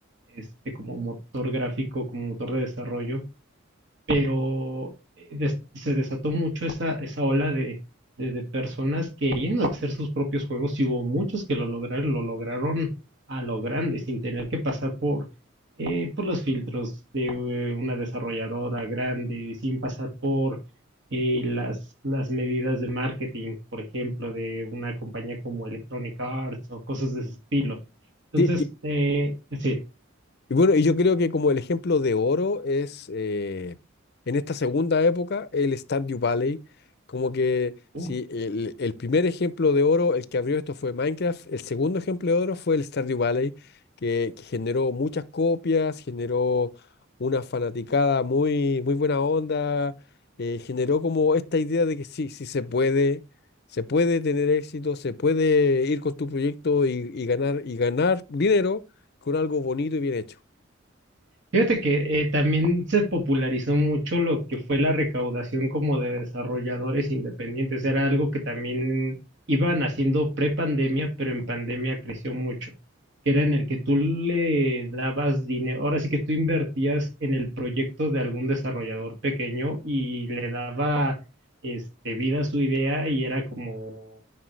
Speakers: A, on the right (about 60°); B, on the left (about 55°).
A: este, como motor gráfico, como motor de desarrollo pero eh, des- se desató mucho esa, esa ola de, de, de personas queriendo hacer sus propios juegos y hubo muchos que lo lograron, lo lograron a lo grande, sin tener que pasar por, eh, por los filtros de eh, una desarrolladora grande, sin pasar por eh, las, las medidas de marketing, por ejemplo, de una compañía como Electronic Arts o cosas de ese estilo. Entonces,
B: Sí, y,
A: eh, sí.
B: Y bueno, y yo creo que como el ejemplo de oro es eh, en esta segunda época, el Stardew Valley, como que si
A: uh,
B: el, el primer ejemplo de oro, el que abrió esto fue Minecraft, el segundo ejemplo de oro fue el Stardew Valley, que, que generó muchas copias, generó una fanaticada muy, muy buena onda, eh, generó como esta idea de que sí, sí se puede, se puede tener éxito, se puede ir con tu proyecto y, y ganar, y ganar dinero con algo bonito y bien hecho.
A: Fíjate que eh, también se popularizó mucho lo que fue la recaudación como de desarrolladores independientes. Era algo que también iban haciendo pre-pandemia, pero en pandemia creció mucho. Que era en el que tú le dabas dinero. Ahora sí que tú invertías en el proyecto de algún desarrollador pequeño y le daba este, vida a su idea y era como